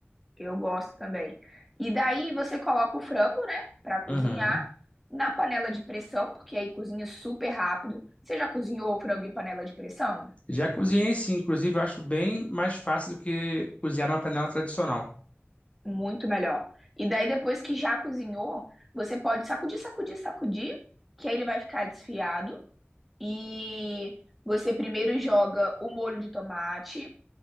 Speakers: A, in the centre; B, on the left.
A: Eu gosto também. E daí você coloca o frango, né, Pra cozinhar
B: Uhum.
A: na panela de pressão, porque aí cozinha super rápido. Você já cozinhou o frango em panela de pressão?
B: Já cozinhei sim, inclusive eu acho bem mais fácil do que cozinhar numa panela tradicional.
A: Muito melhor. E daí, depois que já cozinhou, você pode sacudir, sacudir, sacudir, que aí ele vai ficar desfiado. E você primeiro joga o molho de tomate,